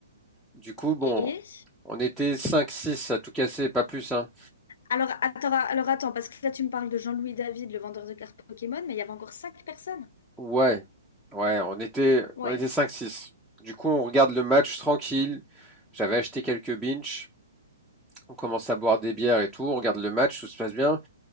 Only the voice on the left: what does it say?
Et?
Alors, attends, alors attends, parce que là tu me parles de Jean-Louis David, le vendeur de cartes Pokémon, mais il y avait encore cinq personnes.
Ouais.